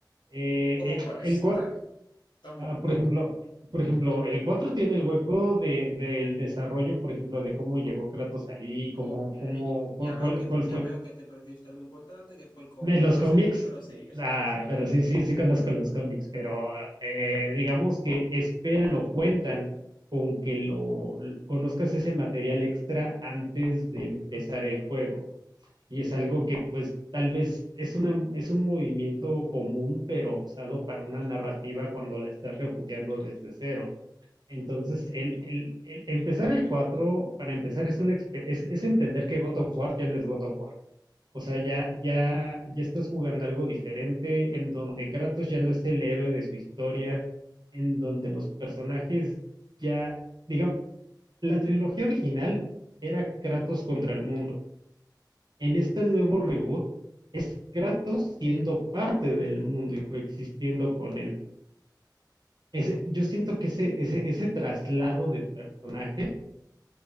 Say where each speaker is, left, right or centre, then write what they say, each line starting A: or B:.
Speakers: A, on the right; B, on the left.
A: Eh,
B: ¿Cómo cuál
A: el,
B: es?
A: el
B: Está bien, Dame
A: Ah,
B: un
A: por
B: hueco.
A: ejemplo, eh, por ejemplo, el 4 tiene el hueco de, del desarrollo, por ejemplo, de cómo llegó Kratos ahí, cómo,
B: Ok,
A: cómo, cu-
B: ya veo
A: cuál,
B: que
A: cuál,
B: te,
A: fue.
B: ya veo que te perdiste algo importante que fue el cómic,
A: En los
B: pero
A: cómics,
B: sigue, pero sigue, sigue,
A: ah,
B: sigue.
A: pero sí, sí, sí conozco los cómics, pero eh, digamos que esperan o cuentan con que lo l- conozcas ese material extra antes de empezar el juego. Y es algo que, pues, tal vez es una, es un movimiento común, pero usado para una narrativa cuando la estás reboteando desde cero. Entonces, el, el- el- empezar el 4 para empezar, es, una, expe- es, es entender que God of War ya no es God of War. O sea, ya, ya, ya estás jugando algo diferente, en donde Kratos ya no es el héroe de su historia, en donde los personajes ya, digamos, la trilogía original era Kratos contra el mundo. En este nuevo reboot es Kratos siendo parte del mundo y coexistiendo con él. Ese- yo siento que ese, ese, ese traslado de personaje